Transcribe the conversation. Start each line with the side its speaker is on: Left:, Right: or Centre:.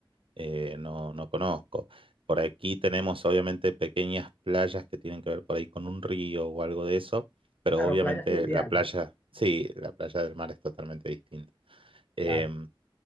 Right: eh, no, no conozco. Por aquí tenemos obviamente pequeñas playas que tienen que ver por ahí con un río o algo de eso, pero
Left: Claro,
Right: obviamente
Left: playas fluviales,
Right: la playa, sí, la playa del mar es totalmente distinta. Em,
Left: claro.